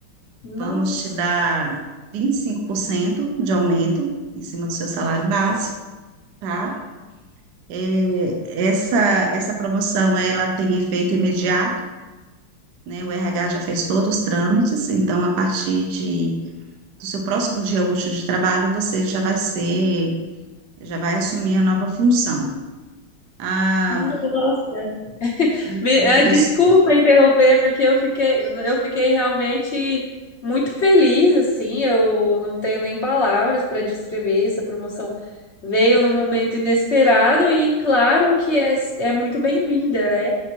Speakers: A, on the left; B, on the right.
A: Nossa,
B: Vamos te dar 25% de aumento em cima do seu salário base, tá? É, essa, essa promoção, ela tem efeito imediato, né? O RH já fez todos os trâmites, então a partir de do seu próximo dia útil de trabalho, você já vai ser, já vai assumir a nova função. Ah,
A: nossa.
B: e
A: Me- ah, desculpa
B: eu,
A: interromper, porque eu fiquei, eu fiquei realmente muito feliz, assim. Eu não tenho nem palavras para descrever essa promoção. Veio num momento inesperado e claro que é, é muito bem-vinda, né?